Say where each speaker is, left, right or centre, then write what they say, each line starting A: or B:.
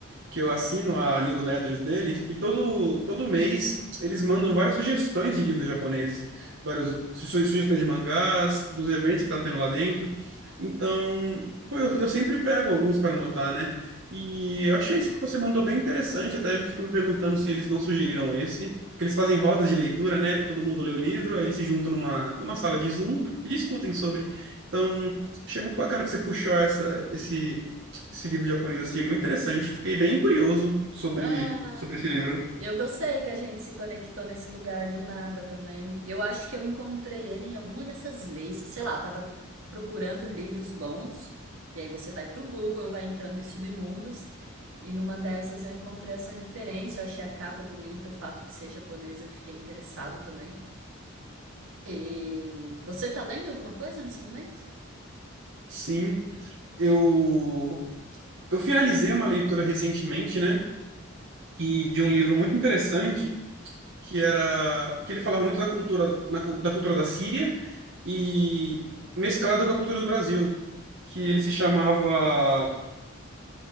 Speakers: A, on the right; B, on the right.
A: que eu assino a newsletters deles, e todo, todo mês eles mandam várias sugestões de livros japoneses, várias su- sugestões de mangás, dos eventos que estão tendo lá dentro, então... Pô, Eu, eu sempre pego alguns para anotar, né? E eu achei esse que você mandou bem interessante, até me fico me perguntando se eles não sugeriram esse, porque eles fazem rodas de leitura, né? Todo mundo lê o livro, aí eles se juntam numa, numa sala de Zoom e discutem sobre. Então, achei muito bacana que você puxou essa, esse, esse livro japonês assim, muito interessante. Fiquei bem curioso sobre,
B: Ah,
A: sobre esse livro.
B: Eu gostei que a gente se conectou nesse lugar do nada também. Eu acho que eu encontrei ele em alguma dessas listas. Sei lá, eu tava procurando livros bons. E aí você vai pro Google, vai entrando em submundos. E numa dessas eu encontrei essa referência. Eu achei a capa bonita, o fato de ser japonês, eu fiquei interessado também. E você tá lendo alguma coisa nesse momento?
A: Sim, eu, eu finalizei uma leitura recentemente, né? E de um livro muito interessante que era que ele falava muito da cultura na cu- da cultura da Síria e mesclado com a cultura do Brasil, que ele se chamava,